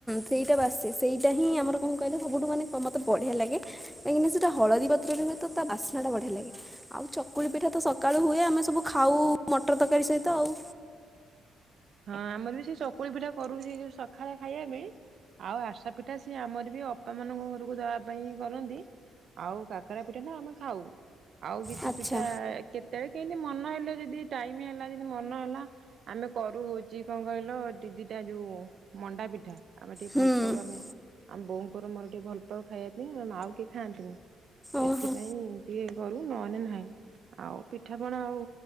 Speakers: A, in the centre; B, on the right (about 60°).
A: ସେଇଟା ବାସେ ସେଇଟା ହିଁ ଆମର କଣ କହିଲେ ସବୁଠୁ ମାନେ ମତେ ବଢିଆ ଲାଗେ। କାହିଁକିନା ସେଟା ହଳଦୀ ପତ୍ରରେ ହୁଏ ତା ବାସ୍ନା ବଢିଆ ଲାଗେ। ଆଉ ଚକୁଳି ପିଠା ତ ସକାଳୁ ହୁଏ ଆମେ ସବୁ ଖାଉ ମଟର ତରକାରୀ ସହିତ ଆଉ।
B: ହଁ ଆମର ବି ସେଇ ଚକୁଳି ପିଠା କରୁ ସେ ଯୋଉ ସକାଳେ ଖାଇବା ପାଇଁ। ଆଉ ଆସା ପିଠା ସିଏ ଆମର ବି ଅପା ମାନଙ୍କ ଘରକୁ ଦବା ପାଇଁ କରନ୍ତି। ଆଉ କାକରା ପିଠା ନା ଆମେ ଖାଉ। ଆଉ କିଛି
A: ଆଚ୍ଛା
B: ପିଠା କେ ସେତେବେଳେ କେମତି ମନ ହେଲେ ଯଦି ଟାଇମ ହେଲା ମନେ ହେଲା ଆମେ କରରୁ ହଉଛି କଣ କହିଲ ଦି ଦିଟା ଯୋଉ ମଣ୍ଡା ପିଠା ଆମେ ଟିକେ ଭଲ
A: ହୁଁ
B: ପାଉ ଆମେ ଏ ଆମ ବୋଉଙ୍କର ମୋର ଟିକେ ଭଲ ପାଉ ଖାଇବା ପାଇଁ ଆ ଆଉ କିଏ ଖାଆନ୍ତିନି ସେଥିପାଇଁ
A: ଓହୋ
B: ଟିକଏ କରୁ ନହେଲେେ ନାହିଁ। ଆଉ ପିଠାପଣା ଆଉ